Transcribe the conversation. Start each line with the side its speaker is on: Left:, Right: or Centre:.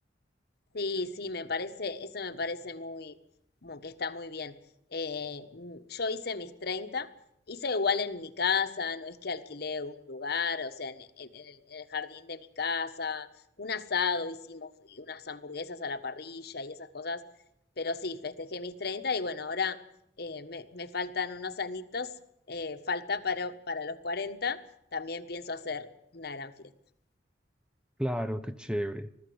Left: Sí, sí, me parece, eso me parece muy, como que está muy bien. Eh, mm, yo hice mis 30, hice igual en mi casa, no es que alquilé un lugar, o sea, en, en- en el, en el jardín de mi casa, un asado hicimos y unas hamburguesas a la parrilla y esas cosas, pero sí, festejé mis 30 y bueno, ahora eh, me, me faltan unos anitos, eh, falta para, para los 40, también pienso hacer una gran fiesta.
Centre: Claro, qué chévere.